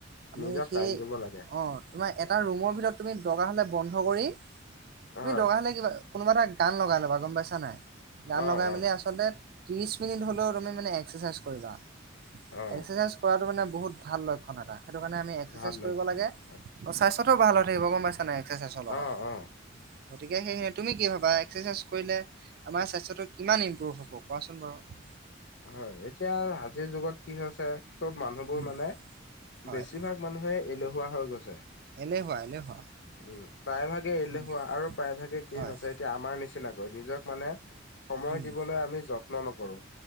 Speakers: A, on the right; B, on the left.
A: আমি
B: নিজক
A: সেই
B: টাইম
A: অ,
B: দিব লাগে
A: তোমাৰ
B: হয়
A: এটা ৰুমৰ ভিতৰত তুমি দকাৰ হ'লে বন্ধ কৰি তুমি
B: হয়
A: দগা হ'লে কিবা কোনোবা এটা গান লগাই ল'বা গম পাইছা নাই গান
B: অ
A: লগাই
B: অ
A: মেলি আচলতে ত্ৰিশ মিনিট হলেও তুমি মানে এক্সাৰচাইজ কৰিবা
B: অ
A: এক্সাৰচাইজ কৰাটো মানে বহুত ভাল লক্ষণ এটা সেইটো কাৰণে আমি এক্সাৰচাইজ
B: ভাল লক্ষণ
A: কৰিব লাগে
B: হয়
A: অ, স্বাস্থ্যটো ভাল হৈ থাকিব গম পাইছ নাই এক্সাৰচাইজৰ লগত
B: অ অ
A: গতিকে, সেইহে তুমি কি ভাবা এক্সাৰচাইজ কৰিলে আমাৰ স্বাস্থ্যটো কিমান ইম্প্ৰুভ হ'ব কোৱাচোন বাৰু
B: হয়, এতিয়া আজিৰ যুগত কি হৈছে চব মানুহবোৰ
A: উম,
B: মানে
A: হয়,
B: বেছিভাগ মানুহে এলেহুৱা হৈ গছে
A: এলেহুৱা, এলেহুৱা
B: উম, প্ৰায়ভাগে এলেহুৱা
A: উম,
B: আৰু প্ৰায় ভাগে কি
A: হয়।
B: হৈছে এতিয়া আমাৰ নিচিনাকৈ নিজক মানে, সময়
A: উম,
B: দিবলৈ আমি যত্ন নকৰো